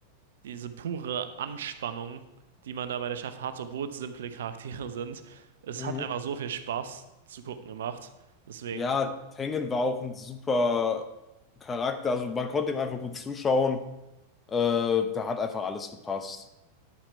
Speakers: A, on the right (about 60°); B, on the left (about 20°).
A: diese pure Anspannung, die man da bei der Staffel hat, obwohl es simple Charaktere sind. Es
B: Mhm.
A: hat einfach so viel Spaß zu gucken gemacht. Deswegen,
B: Ja, Tengen war auch ein super Charakter. Also man konnte ihm einfach gut zuschauen. Äh, da hat einfach alles gepasst.